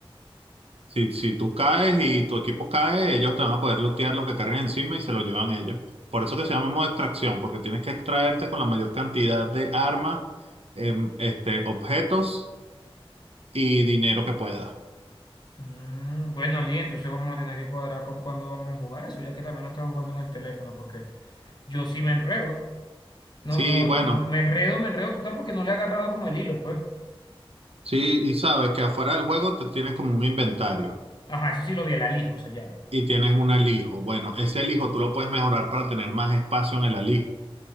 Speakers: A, on the right; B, on the left.
A: Si, si tú caes y tu equipo cae, ellos te van a poder lootear lo que carguen encima y se lo llevan ellos. Por eso que se llama modo extracción, porque tienes que extraerte con la mayor cantidad de armas, em, este, objetos y dinero que puedas.
B: Mm, bueno, Lee, entonces vamos a tener que cuadrar con cuándo vamos a jugar eso, ya que también no estás jugando en el teléfono, porque yo sí me enredo. No,
A: Sí,
B: no,
A: bueno,
B: no, me enredo, me enredo total porque no le he agarrado como el hilo, pues.
A: sí, y sabes que afuera del juego te tienes como un inventario
B: Ajá, eso sí lo vi, el alijo se llama.
A: y tienes un alijo. Bueno, ese alijo tú lo puedes mejorar para tener más espacio en el alijo.